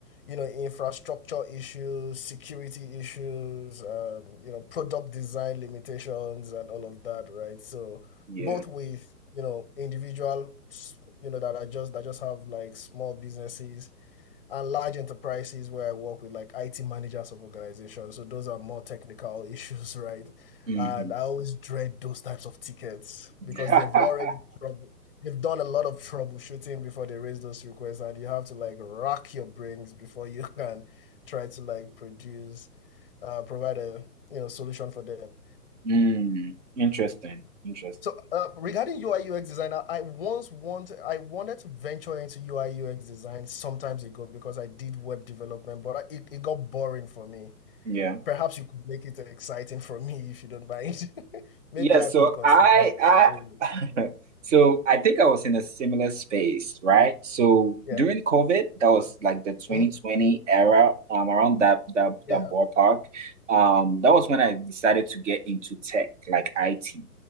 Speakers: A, on the left (about 40°); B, on the right (about 50°).
A: you know, infrastructure issues, security issues, um, you know, product design limitations and all of that, right? So
B: Yeah.
A: both with, you know, individual, you know, that are just that just have like small businesses and large enterprises where I work with like IT managers of organizations. So those are more technical <laughs> issues, right?
B: Hmm.
A: And I always dread those types of tickets because
B: <laughs>
A: they've already trouble. They've done a lot of troubleshooting before they raise those requests, and you have to like rack your brains before <laughs> you can try to like produce, uh, provide a you know solution for them.
B: Mm, interesting. Interesting.
A: So uh, regarding UI UX design, I once want I wanted to venture into UI UX design sometimes ago because I did web development, but I, it, it got boring for me.
B: Yeah.
A: Perhaps you could make it exciting for me if you don't mind. <laughs> Maybe
B: Yeah, so
A: I could consider.
B: I
A: it.
B: I <laughs> so I think I was in a similar space, right? So
A: Yeah.
B: during COVID, that was like the 2020
A: Mhm.
B: era, um, around that that
A: Yeah.
B: that ballpark. Um, that was when I decided to get into tech, like IT.